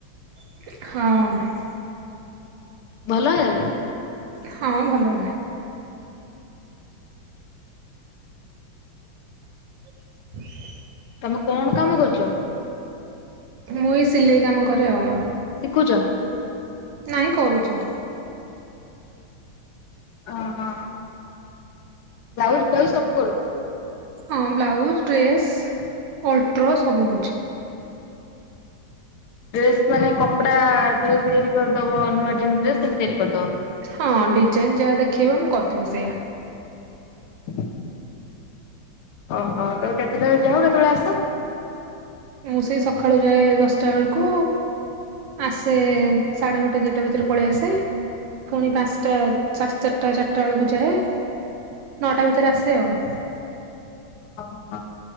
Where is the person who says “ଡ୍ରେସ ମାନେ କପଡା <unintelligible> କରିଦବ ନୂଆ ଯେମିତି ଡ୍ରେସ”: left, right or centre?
Left